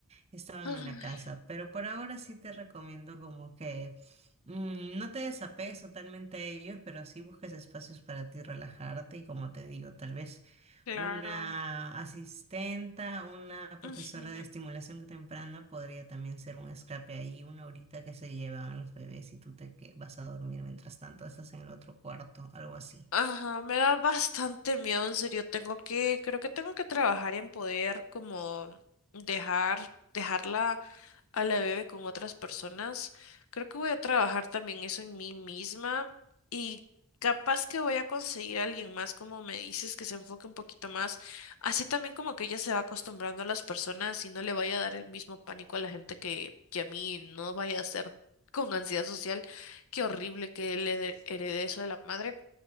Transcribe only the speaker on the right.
estaban
en la casa. Pero por ahora sí te recomiendo como que mm, no te desapegues totalmente a ellos, pero sí busques espacios para ti relajarte y como te digo, tal vez
una asistenta, una profesora
de estimulación temprana podría también ser un escape ahí, una horita que se llevan los bebés y tú te que- vas a dormir mientras tanto, estás en el otro cuarto, algo así.